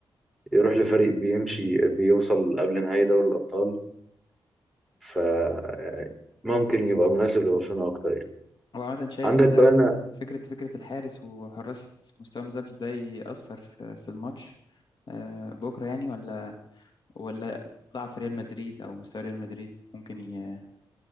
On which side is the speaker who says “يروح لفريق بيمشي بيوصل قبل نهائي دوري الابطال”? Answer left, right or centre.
Centre